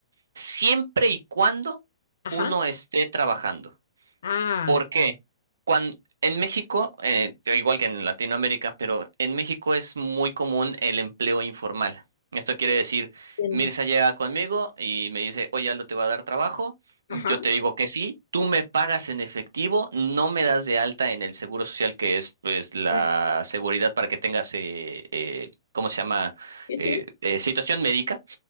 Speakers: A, on the right; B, on the left.
A: siempre y cuando
B: ajá.
A: uno esté trabajando.
B: Ah,
A: ¿Por qué? Cuando, en México, eh, igual que en Latinoamérica, pero en México es muy común el empleo informal. Esto quiere decir,
B: entiendo.
A: Mirza llega conmigo y me dice, oye, Aldo, te voy a dar trabajo.
B: Ajá.
A: Yo te digo que sí, tú me pagas en efectivo, no me das de alta en el seguro social, que es pues la
B: Ah,
A: seguridad para que tengas, eh, eh, ¿cómo se llama?
B: Sí,
A: Eh,
B: sí.
A: eh, situación médica